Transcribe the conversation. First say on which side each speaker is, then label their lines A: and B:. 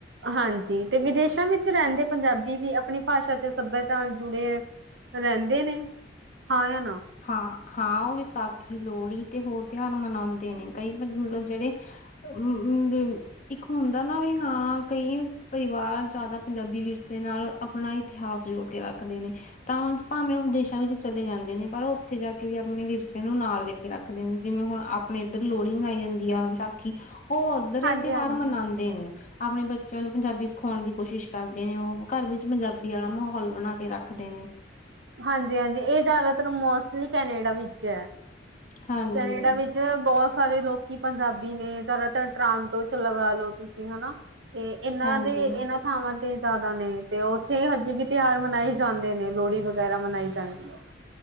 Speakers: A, on the right; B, on the left.
A: ਹਾਂਜੀ, ਤੇ ਵਿਦੇਸ਼ਾਂ ਵਿੱਚ ਰੈਂਦੇ ਪੰਜਾਬੀ ਵੀ ਅਪਨੀ ਭਾਸ਼ਾ ਚ ਸੱਭਿਆਚਾਰ ਜੁੜੇ ਰੈਂਨੇ ਹਾਂ ਯਾਂ ਨਾ?
B: ਹਾਂ, ਹਾਂ ਓ ਵਿਸਾਖੀ, ਲੋਹੜੀ ਤੇ ਹੋਰ ਤਿਉਹਾਰ ਮਨਾਦੇ ਨੇ ਕਈ ਮਤਲਬ ਜੇੜੇ <unintelligible> ਇੱਕ ਹੁੰਦਾ ਨਾ ਵੀ ਹਾਂ, ਕਈ ਪਰਿਵਾਰ ਜਾਦਾ ਪੰਜਾਬੀ ਵਿਰਸੇ ਨਾਲ ਅਪਨਾ ਇਤਿਹਾਸ ਜੋੜ ਕੇ ਰੱਖਦੇ ਨੇ, ਤਾਂ ਓ ਭਾਵੇਂ ਓ ਵਿਦੇਸ਼ਾਂ ਵਿੱਚ ਚਲੇ ਜਾਂਨ ਨੇ ਪਰ ਓ ਓਥੇ ਜਾਕੇ ਵੀ ਅਪਨੇ ਵਿਰਸੇ ਨੂੰ ਨਾਲ ਲੈ ਕੇ ਰੱਖਦੇ ਨੇ, ਜਿਵੇਂ ਹੁਣ ਅਪਨੇ ਏਧਰ ਲੋਹੜੀ ਮਨਾਈ ਜਾਂਦੀ ਆ, ਵਿਸਾਖੀ ਓ ਓਧਰ ਏ
A: ਹਾਂਜੀ-ਹਾਂਜੀ।
B: ਤਿਉਹਾਰ ਮਨਾਂਦੇ ਨੇ। ਅਪਨੇ ਬੱਚੇਆਂ ਨੂੰ ਪੰਜਾਬੀ ਸਿਖਾਣ ਦੀ ਕੋਸ਼ਿਸ਼ ਕਰਦੇ ਨੇ ਓ, ਘਰ ਵਿੱਚ ਪੰਜਾਬੀ ਵਾਲਾ ਮਾਹੌਲ ਬਣਾ ਕੇ ਰੱਖਦੇ ਨੇ।
A: ਹਾਂਜੀ-ਹਾਂਜੀ ਏ ਜਾਦਾਤਰ ਮੋਸਟਲੀ ਕੈਨੇਡਾ ਵਿੱਚ ਐ,
B: ਹਾਂਜੀ
A: ਕੈਨੇਡਾ ਵਿੱਚ ਬੋਤ ਸਾਰੇ ਲੋਕੀ ਪੰਜਾਬੀ ਨੇ ਜਾਦਾਤਰ ਟਰਾਂਟੋ ਚ ਲਗਾ ਲੋ ਤੁਸੀਂ, ਹਨਾ। ਤੇ ਏਨਾਂ
B: ਹਾਂਜੀ
A: ਦੇ ਏਨਾਂ ਥਾਵਾਂ ਤੇ ਜ਼ਾਦਾ ਨੇ ਤੇ ਓਥੇ ਅਜੇ ਵੀ ਤਿਉਹਾਰ ਮਨਾਏ ਜਾਂਦੇ ਨੇ, ਲੋਹੜੀ ਵ ਵਗੈਰਾ ਮਨਾਈ ਜਾਂਦੀ ਐ,